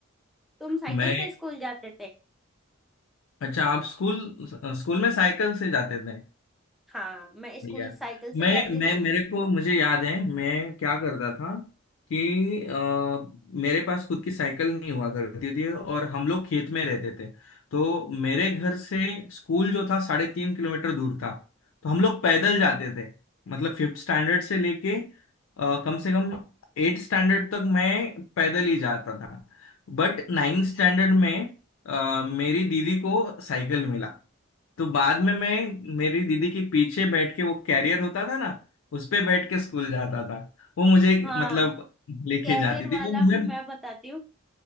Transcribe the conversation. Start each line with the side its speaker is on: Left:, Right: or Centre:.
Centre: तुम साइकिल
Left: मैं
Centre: से स्कूल जाते थे
Left: अच्छा आप स्कूल स्कूल में साइकिल से जाते थे
Centre: हाँ मैं स्कूल
Left: बढ़िया
Centre: साइकिल से
Left: मैं
Centre: जाती
Left: मैं
Centre: थी
Left: मेरे को मुझे याद है मैं क्या करता था कि अ, मेरे पास खुद की साइकिल नहीं हुआ करती थी और हम लोग खेत में रहते थे तो मेरे घर से स्कूल जो था साढ़े तीन किलोमीटर दूर था तो हम लोग पैदल जाते थे मतलब फिफ्थ स्टैंडर्ड से लेके अ, कम से कम एट स्टैंडर्ड तक मैं पैदल ही जाता था बट नाइन्थ स्टैंडर्ड में अ, मेरी दीदी को साइकिल मिला तो बाद में मैं मेरी दीदी के पीछे बैठ के वो कैरियर होता था ना उस पे बैठ के स्कूल जाता था वो मुझे
Centre: हाँ
Left: मतलब लेके
Centre: कैरियर
Left: जाती
Centre: वाला
Left: थी और
Centre: भी
Left: मैं
Centre: मैं बताती हूँ